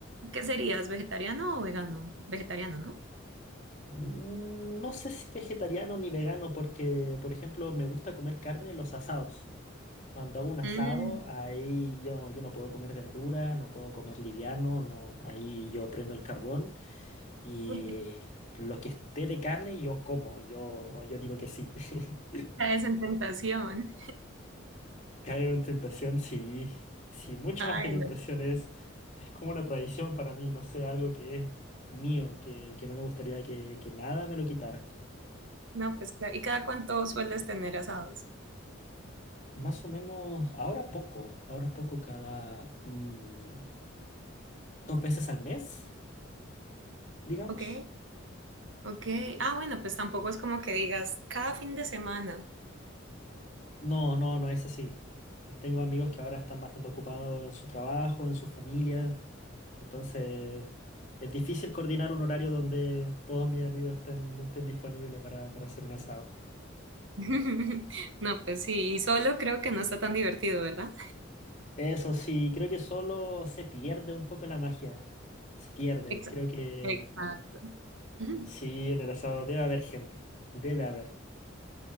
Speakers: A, on the right (about 70°); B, on the left (about 40°).
A: ¿qué serías? ¿Vegetariano o vegano? Vegetariano, ¿no?
B: Mm, No sé si vegetariano ni vegano, porque, por ejemplo, me gusta comer carne en los asados. Cuando hago un asado,
A: Mm,
B: ahí yo, yo no puedo comer verdura, no puedo comer liviano, no, ahí yo prendo el carbón y
A: <laughs>
B: lo que esté de carne yo como, yo, yo digo que sí. <laughs>
A: caes en tentación.
B: Caigo en tentación, sí, sí, mucho
A: Ay,
B: más que tentación
A: no,
B: es, es como una tradición para mí, no sé, algo que es mío, que, que no me gustaría que, que nada me lo quitara.
A: no, pues claro. ¿Y cada cuánto sueles tener asados?
B: Más o menos, ahora poco, ahora poco cada mm, dos veces al mes, digamos.
A: Ok, ok. Ah, bueno, pues tampoco es como que digas cada fin de semana.
B: No, no, no es así. Tengo amigos que ahora están bastante ocupados en su trabajo, en sus familias, entonces es difícil coordinar un horario donde todos mis amigos estén, estén disponibles para, para hacer un asado.
A: <laughs> No, pues sí, y solo creo que no está tan divertido, ¿verdad?
B: Eso sí, creo que solo se pierde un poco la magia. Se pierde,
A: Exacto.
B: creo que
A: Exacto. Ujú.
B: sí, en el asado debe haber gente, debe haber.